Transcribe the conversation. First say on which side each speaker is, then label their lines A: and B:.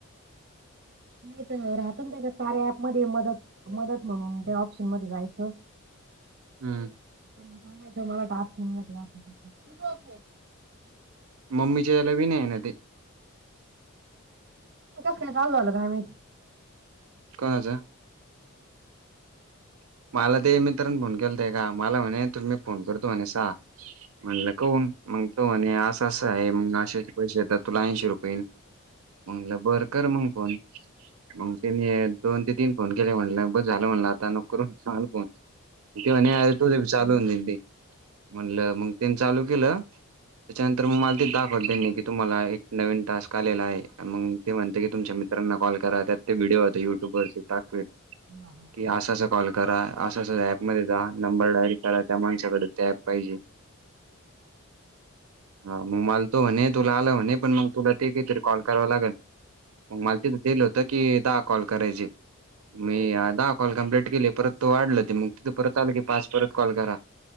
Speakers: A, on the right; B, on the right.
A: नाही तर राहतना त्याज्यात कार्य ऍप मध्ये मदत मदत म्हणून त्या ऑप्शन मध्ये जायचं.
B: हम्म.
A: सांगाय मला टास्क <unintelligible> असं
B: मम्मीच्या त्याला बी नाय हाय ना ते?
A: कस काय चालू झाला काय माहिती?
B: कोणाचा? मला ते मित्रांन फोन केलाता एका मला म्हणे तुम् मही फोन करतो म्हणे सा. म्हणलं कौन मग तो म्हणे असं असं आहे, मग आशे अशे पैसे येतात तुला ऐंशी रुपय येन. म्हणलं बर. कर मग फोन मग त्यांनी दोन ते तीन फोन केले म्हणलं बस झालं म्हणलं आता नको करून चाल <unintelligible> ते म्हणे तुझ पण चालू होऊन जाईल ते. म्हणलं मग त्यांनी चालू केलं. त्याच्यानंतर मग मला ते दाखवततेनी की तुम्हाला एक नवीन टास्क आलेला आहे मग ते म्हणतते की तुमच्या मित्रांना कॉल करा त्यात ते व्हिडिओ होता युट्यू ववर टाकवेल.
A: हा हा!
B: की असं असं कॉल करा, असं अस ऍप मध्ये जा नंबर डायल करा त्या माणसाकडे ते ऍप पाहिजे. हा म मला तो म्हणे त तुला आलं म्हणे पण मग तुला <unintelligible> तरी कॉल करावा लागल. मग मला तिथं दिलं होतं की दा कॉल करायचे. मी दहा कॉल कंप्लीट केली परत तो वाढल ते मग. तिथं परत आल की पाच परत कॉल करा.